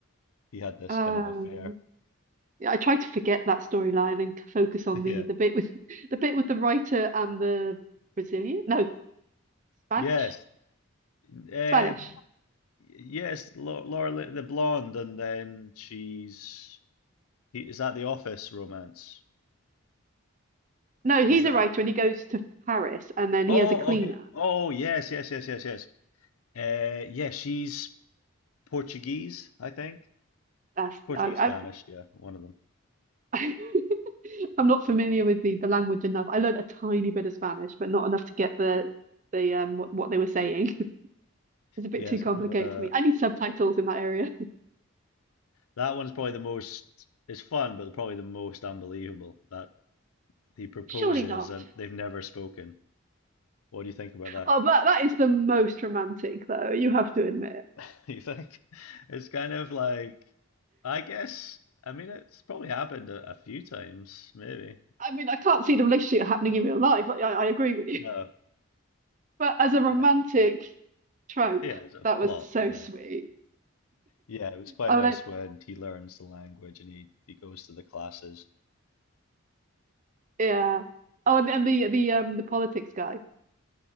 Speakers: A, on the left; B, on the right.
A: he had this
B: um,
A: kind of affair.
B: yeah, I tried to forget that storyline and focus on
A: <laughs>
B: the
A: Yeah.
B: the bit with <laughs> the bit with the writer and the Brazilian. No, Spanish,
A: Yes. Uh,
B: Spanish.
A: yes, Laura, Laura Lin- the blonde, and then she's He- Is that The Office romance?
B: No, he's
A: Is that?
B: a writer and he goes to Paris and then
A: Oh,
B: he has a cleaner.
A: okay. Oh, yes, yes, yes, yes, yes. Uh, yeah, she's Portuguese, I think.
B: That's
A: Portuguese,
B: I,
A: Spanish, yeah, one of them.
B: I <laughs> I'm not familiar with the the language enough. I learned a tiny bit of Spanish, but not enough to get the the um what what they were saying. is a bit
A: Yeah,
B: too
A: it's
B: complicated
A: kind of a
B: for me. I need subtitles in that area.
A: that one's probably the most. It's fun, but probably the most unbelievable that he proposes
B: Surely not.
A: and they've never spoken. What do you think about that?
B: Oh, but that is the most romantic, though, you have to admit.
A: <laughs> You think it's kind of like I guess I mean it's probably happened a, a few times, maybe.
B: I mean, I can't see the relationship happening in real life. I, I agree with you.
A: No,
B: But as a romantic
A: yeah,
B: trope,
A: yeah, it's a
B: that was
A: plot,
B: so
A: yeah.
B: sweet.
A: Yeah, it was quite
B: Oh,
A: nice
B: then,
A: when he learns the language and he, he goes to the classes.
B: yeah. Oh, and, and the the um the politics guy,